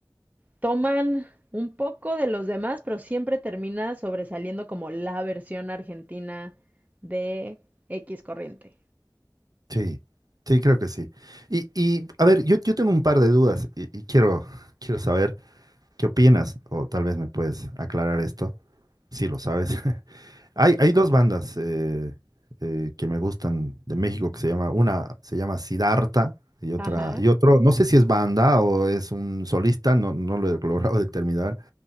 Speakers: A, on the right (about 20°); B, on the right (about 55°).
A: toman un poco de los demás, pero siempre termina sobresaliendo como la versión argentina de X corriente.
B: Sí, sí, creo que sí. Y, y a ver, yo, yo tengo un par de dudas y, y quiero, <laughs> quiero saber qué opinas, o tal vez me puedes aclarar esto, si lo sabes. <laughs> Hay, hay dos bandas eh, eh, que me gustan de México que se llama, una se llama Siddhartha y otra,
A: Ajá.
B: y otro, no sé si es banda o es un solista, no, no lo he <laughs> logrado determinar,